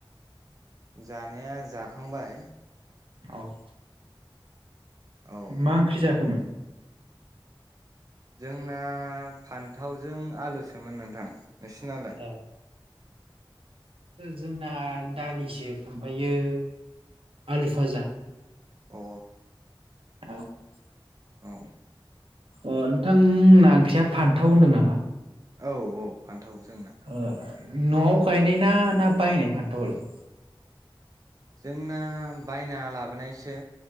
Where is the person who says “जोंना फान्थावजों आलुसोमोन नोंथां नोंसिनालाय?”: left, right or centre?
Right